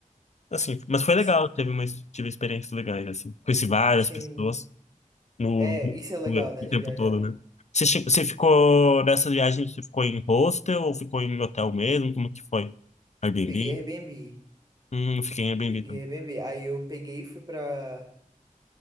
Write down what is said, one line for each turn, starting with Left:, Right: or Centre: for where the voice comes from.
Left: Assim, mas foi legal,
Right: Sim,
Left: teve uma, tive experiências legais, assim. Conheci várias
Right: sim,
Left: pessoas
Right: não.
Left: no,
Right: É, isso é legal,
Left: no-
Right: né,
Left: o
Right: de
Left: tempo
Right: viajar.
Left: todo, né? Você, che- você ficou nessa viagem, você ficou em hostel ou ficou em hotel mesmo? Como que foi? Airbnb?
Right: Peguei Airbnb.
Left: Hum, fiquei em Airbnb
Right: Peguei
Left: também.
Right: Airbnb. Aí eu peguei e fui pra.